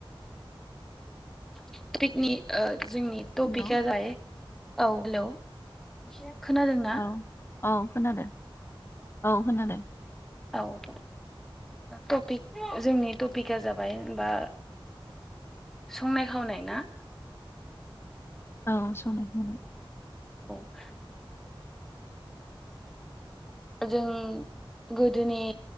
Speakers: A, in the centre; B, on the left.
A: टपिकनि जोंनि टपिकआ
B: हेलौ
A: जाय औ हेलौ एसे खोनादों ना
B: औ औ खोनादों औ खोनादों
A: औ टपिक जोंनि टपिकआ जाबायबा संनाय खावनाय ना
B: औ सनाय खनाय
A: औ जों गोदोनि